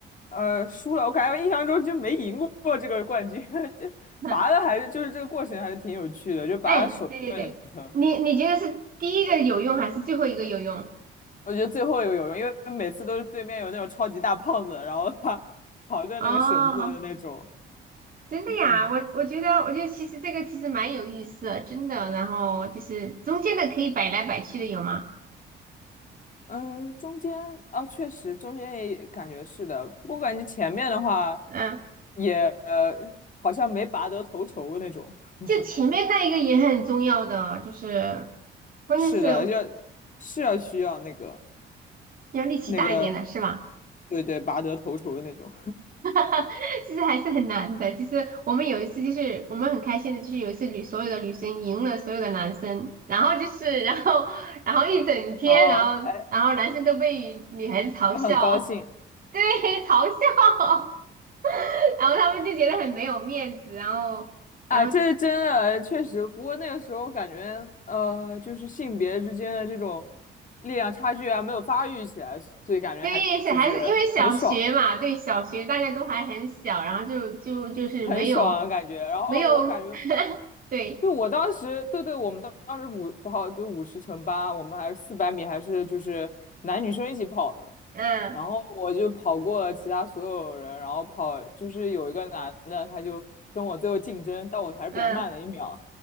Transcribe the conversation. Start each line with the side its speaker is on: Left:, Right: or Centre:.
Left: 呃输了。我感觉印象中就没赢过这个冠军，<laughs> 这拔的还是就是这个过程还是挺有趣的，
Right: <laughs>
Left: 就拔的手有点疼。
Right: 哎，对对对，你你觉得是第一个有用还是最后一个有用？
Left: 我觉得最后有有用，因为每次都是对面有那种超级大胖子，然后他 <laughs> 扛着那个绳子的那种，
Right: 哦。真的呀，
Left: 嗯。
Right: 我我觉得，我觉得其实这个其实蛮有意思的，真的。然后就是中间的可以摆来摆去的有吗？
Left: 嗯，中间啊，确实中间也感觉是的，不过感觉前面的话
Right: 嗯，
Left: 也呃好像没拔得头筹那种。<laughs>
Right: 就前面那一个也很重要的，就是关键是
Left: 是的，要是要需要那个
Right: 要力气大一点的，
Left: 那个，
Right: 是吧？
Left: 对对，拔得头筹的那种。
Right: <laughs> 其实还是很难的。其实我们有一次就是我们很开心的，就是有一次女所有的女生赢了所有的男生，然后就是然后然后一整天，
Left: 哦，
Right: 然后然后男生都被女孩子嘲笑，
Left: 哎，就很高兴
Right: <laughs> 对，嘲笑。然后他们就觉得很没有面子，然后，
Left: 啊，
Right: 然后
Left: 这是真的，确实。不过那个时候感觉，呃，就是性别之间的这种力量差距啊，没有发育起来，所以感觉还就是很爽，
Right: 对小孩子，因为小学嘛，对小学大家都还很小，然后就就就是没有
Left: 很爽的感觉。然后哦我感觉。
Right: 没有，<laughs> 对，
Left: 对，我当时，对对，我们当当时五不好，比如五十乘八，我们还是四百米，还是就是男女生一起跑的呢
Right: 嗯
Left: 然后我就跑过了其他所有人，然后跑就是有一个男的，他就跟我最后竞争，但我还是比他慢了一秒。
Right: 嗯，